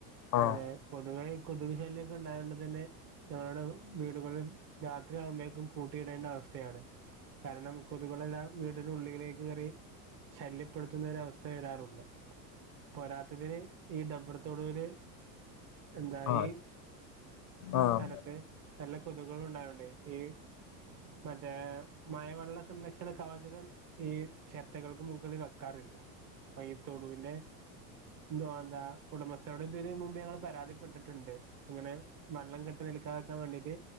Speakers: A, on the left (about 35°); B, on the right (about 40°).
A: ആഹ്
B: പയേ പൊതുവേ കൊതുകു ശല്യൊക്കെ ഉണ്ടായൊണ്ട് തന്നെ ഞങ്ങളുടെ വീടുകളും രാത്രി ആവുമ്പേക്കും പൂട്ടിയിടേണ്ട അവസ്ഥയാണ് കാരണം കൊതുകളെല്ലാം വീടിനുള്ളിലേ കെറി ശല്യപ്പെടുത്തുന്ന ഒരവസ്ഥ വരാറുണ്ട് പോരാത്തതിന് ഈ ഡബർ തൊടുവില് എന്താ
A: ആഹ്
B: ഈ
A: ആഹ്
B: സ്ഥലത്ത്? നല്ല കൊതുകുകള് ഉണ്ടായാ ലെ ഈ മറ്റേ മഴവെള്ള സംരക്ഷണ കവചകം ഈ ചെരട്ടകൾക്ക് മുകളിൽ വെക്കാറില്ല അപ്പൊ ഈ തൊടുവിന്റെ എന്തോ എന്താ ഉടമസ്ഥകളിൽ ഇതിന് മുമ്പു ഞങ്ങൾ പരാതിപ്പെട്ടിട്ട് ണ്ട് അങ്ങനെ വെള്ളം കെട്ട് നിൽക്കാതാക്കാൻ വേണ്ടീട്ട്